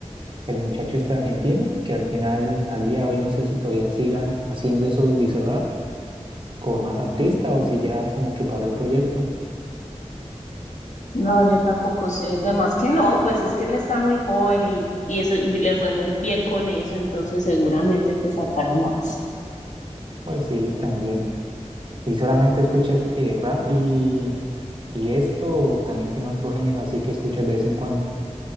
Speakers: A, on the right; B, on the left.
A: el muchacho este argentino, que al final, al día de hoy, no sé si todavía siga haciendo esos visorrap con más artistas
B: Mm.
A: o si ya como que paró el proyecto.
B: No, yo tampoco sé. De más que no, pues es que él está muy joven y, y eso y le fue muy bien con eso, entonces seguramente pues sacará más.
A: Pues sí, también. Y solamente escuchas que rap y, y esto, o también tiene otro género así que escuchas de vez en cuando.